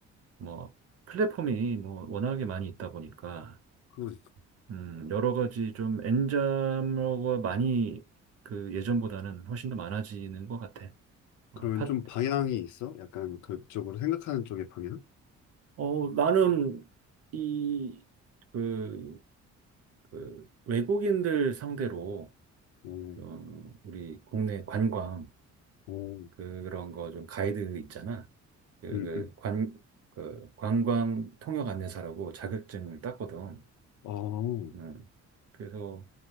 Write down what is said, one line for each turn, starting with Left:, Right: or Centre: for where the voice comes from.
Right: 뭐 플랫폼이 뭐 워낙에 많이 있다 보니까
Left: 그러니까.
Right: 음, 여러 가지 좀 N자가 많이 그 예전보다는 훨씬 더 많아지는 것 같아. 어,
Left: 그러면
Right: 팟,
Left: 좀 방향이 있어? 약간 그쪽으로 생각하는 쪽의 방향?
Right: 어, 나는 이, 그, 그 외국인들 상대로
Left: 오,
Right: 어, 우리 국내 관광
Left: 오,
Right: 그런 거 좀 가이드 있잖아. 그,
Left: 음,
Right: 그
Left: 음,
Right: 관, 그 관광 통역 안내사라고 자격증을 땄거든.
Left: 어,
Right: 음. 그래서